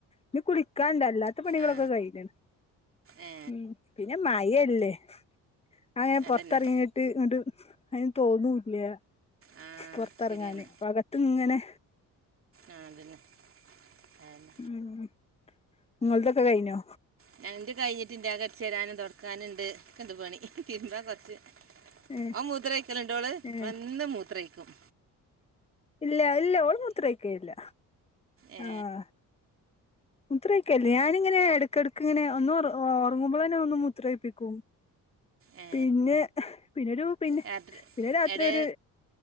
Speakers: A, on the left; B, on the right.
A: ഇനി കുളിക്കാണ്ടല്ല ഇവിടത്ത പണികളൊക്കെ
B: ആ
A: കഴിഞ്ഞ്ണ്.
B: ഏ
A: ഉം. പിന്നെ മഴല്ലേ അങ്ങനെ
B: അതന്നെ
A: പൊറത്തെറങ്ങി ട്ട് ങ്ങണ്ട് അയിന് തോന്നുല്ല്യ
B: ആ
A: പൊറത്തെറങ്ങാന്
B: ശരിയാണ്
A: അപ്പം അകത്ത് ങ്ങനെ
B: ആഹ് അതന്നെ അയന്നെ
A: ഉം ങ്ങൾതൊക്കെ കഴിഞ്ഞോ
B: ഞ ന്റെ കഴിഞ്ഞിട്ടില്ല അകടിച്ചോരാനും തൊടക്കാന് ണ്ട് ഒക്കെ ണ്ട് പണി. തിര്മ്പാൻ കൊറച്ച്
A: ഏ
B: അവ മൂത്രൊഴിക്കലുണ്ടോള്
A: ഏ
B: ഇവ എന്നും മൂത്രൊഴിക്കും
A: ഇല്ല ഇല്ല ഓള് മൂത്രൊഴിക്കലില്ല
B: ഏ,
A: ആഹ് മൂത്രൊഴിക്കല്ലേ ഞാനിങ്ങനെ എടക്കെടക്ക് ഇങ്ങനെ ഒന്ന് ഒറ ഒറങ്ങുമ്പോളന്നെ ഒന്ന് മൂത്രൊഴിപ്പിക്കും
B: ഏ,
A: പിന്നെ പിന്നൊരു പിന്നെ
B: രാത്രി
A: പിന്നെ രാത്രി
B: എടേ
A: ഒര്